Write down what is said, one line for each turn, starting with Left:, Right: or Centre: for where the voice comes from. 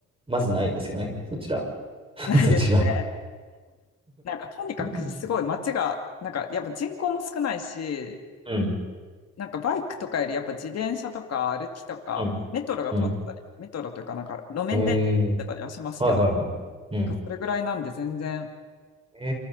Right: まずないですよね。そちら。<laughs>
Left: ないですね。
Right: そちら。
Left: なんかとにかくすごい街が、
Right: うん、
Left: なんかやっぱ人口も少ないし、
Right: うん、
Left: なんかバイクとかよりやっぱ自転車とか歩きとか、
Right: うん。
Left: メトロが通ってたり、
Right: うん
Left: メトロというかなんか路面電車が通ってたりはしますけど、
Right: へえ、はいはいはいはい。うん。
Left: なんかそれぐらいなんで全然、
Right: へ